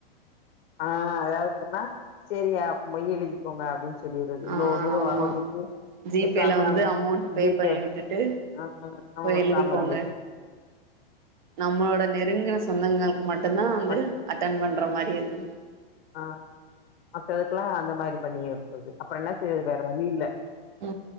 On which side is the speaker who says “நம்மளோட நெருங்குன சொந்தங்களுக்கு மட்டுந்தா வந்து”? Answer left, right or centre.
Right